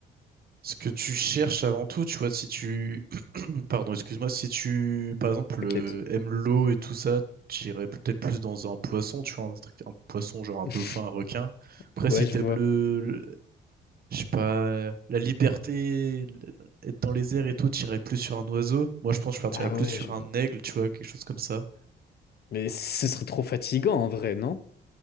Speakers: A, on the right; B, on the left.
A: ce que tu cherches avant tout. Tu vois, si tu <clears throat> pardon, excuse-moi, si tu par exemple
B: T'inquiète.
A: euh, aimes l'eau et tout ça, j'irais peut-être plus dans un poisson. Tu vois, un, truc- un poisson genre un
B: <laughs>
A: dauphin, un requin. Après,
B: Ouais,
A: si
B: je
A: t'aimes
B: vois.
A: le, le- je sais pas, la liberté, le- être dans les airs et tout, t'irais plus sur un oiseau. Moi, je pense que je partirais
B: Ah
A: plus
B: ouais,
A: sur
B: je
A: un
B: vois.
A: aigle. Tu vois, quelque chose comme ça.
B: Mais ce serait trop fatigant, en vrai, non?